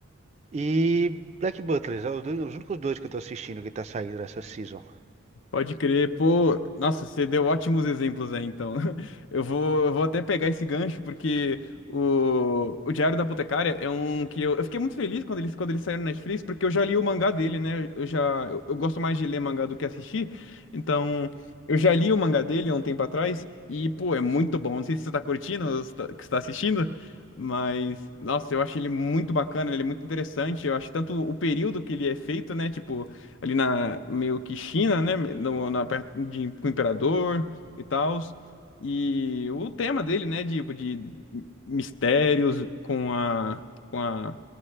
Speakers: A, on the right; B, on the left.
A: E Black Butler, é os dois- os únicos dois que eu tô assistindo que tá saindo essa season.
B: Pode crer, pô. Nossa, você deu ótimos exemplos aí, então. <laughs> Eu vou, eu vou até pegar esse gancho, porque o, o Diário da Apotecária é um que eu, eu fiquei muito feliz quando eles, quando eles saíram na Netflix, porque eu já li o mangá dele, né? Eu já, eu, eu gosto mais de ler mangá do que assistir, então eu já li o mangá dele há um tempo atrás, e, pô, é muito bom. Não sei se você tá curtindo, ou se tá, que você tá assistindo, mas, nossa, eu acho ele muito bacana, ele é muito interessante. Eu acho tanto o período que ele é feito, né? Tipo ali na meio que China, né, no, na perto de com o imperador e tal. E o tema dele, né, tipo de mistérios com a com a